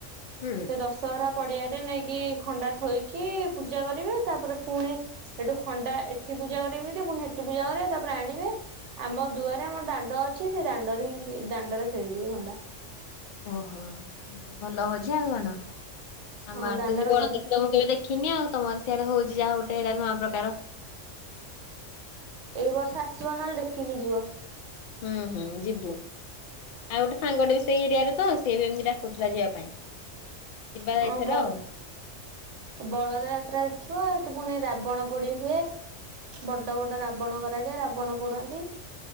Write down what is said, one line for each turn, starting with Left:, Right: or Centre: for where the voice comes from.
Left: ହୁଁ।
Right: ସେ ଦଶହରା ପଡିଆରେ ନେଇକି ଖଣ୍ଡା ଥୋଇକି ପୂଜା କରିବେ। ତାପରେ ପୁଣି ସେଠୁ ଖଣ୍ଡା ଏଠି ପୂଜା କରି ନେଇଥିବେ ପୁଣି ସେଠି ପୂଜା କରିବେ ତାପରେ ଆଣିବେ ଆମ ଦୁଆରେ ଆମର ଦାଣ୍ଡ ଅଛି ସେ ଦାଣ୍ଡରେ ହିଁ ଦାଣ୍ଡରେ ଖେଳିବେ ଖଣ୍ଡା।
Left: ଓହୋ ଭଲ ହଉଛି ଆଉ କଣ ଆମ
Right: ହଁ
Left: ଆଡ
Right: ଦାଣ୍ଡରେ
Left: ତମତି ବଳଦ
Right: ଖଣ୍ଡା
Left: ତ ମୁଁ କେବେ ଦେଖିନି ଆଉ ତମର ସେଇଆଡେ ହଉଛି ଯାହା ଗୋଟେ ଏଇଟା ନୂଆ ପ୍ରକାର
Right: ଏଇ ବର୍ଷ ଆସିବ ନହେଲେ ଦେଖିକି ଯିବ।
Left: ହୁଁ ହୁଁ ଯିବୁ। ଆଉ ଗୋଟେ ସାଙ୍ଗଟେ ବି ସେଇ ଏରିଆରେ ତ ସିଏ ବି ଏମିତି ଡାକୁଥିଲା ଯିବା ପାଇଁ। ଯିବା
Right: ହଁ
Left: ଏଇଥର
Right: ବ
Left: ଆଉ
Right: ବଳର ଯାତ୍ରା ଦେଖିବ ଏଠି ପୁଣି ରାବଣ ପୋଡି ହୁଏ। ବଡ ବଡ ରାବଣ କରାଯାଏ ରାବଣ ପୋଡନ୍ତି।